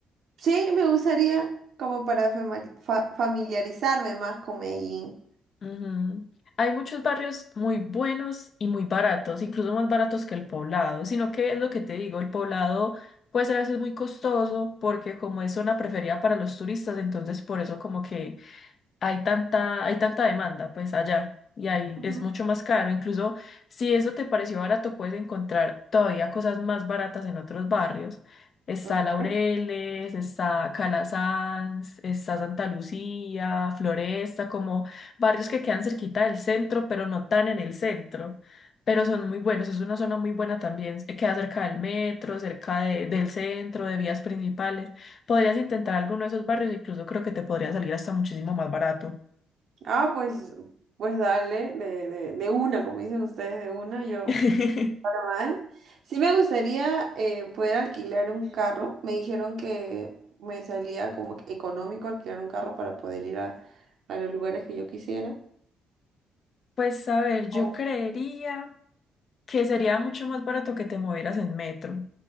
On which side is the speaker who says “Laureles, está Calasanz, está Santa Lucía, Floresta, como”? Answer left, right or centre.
Left